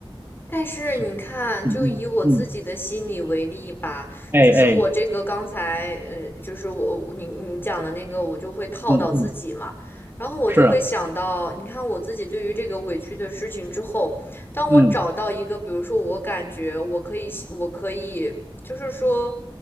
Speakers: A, on the left; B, on the right.
A: 但是你看，
B: 所嗯嗯嗯，
A: 就以我自己的心理为例吧，
B: 哎哎，
A: 就是我这个刚才，呃，就是我你你讲的那个，我就会套到自己嘛，
B: 嗯嗯，
A: 然后我就会想到，
B: 是啊，
A: 你看我自己对于这个委屈的事情之后，当我找到一个，
B: 嗯
A: 比如说我感觉我可以，我可以，就是说。